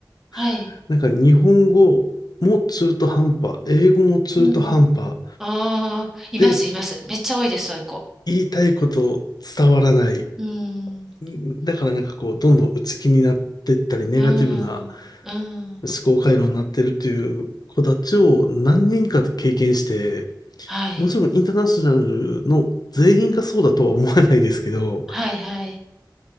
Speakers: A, in the centre; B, on the left.
A: はい。
B: <laughs> なんか、日本語も中途半端、英語も中途半端、
A: うん。ああ、います、
B: で、
A: います。めっちゃ多いです、そういう子。
B: 言いたいこと伝わらない。
A: うん、
B: うんだからなんかこう、どんどん内気になっていったり、ネガティブな
A: うん、うん。
B: 思考回路になってるという子たちを何人か経験して、
A: はい、
B: もちろんインターナショナルの全員がそうだとは思わないですけど、
A: はい、はい。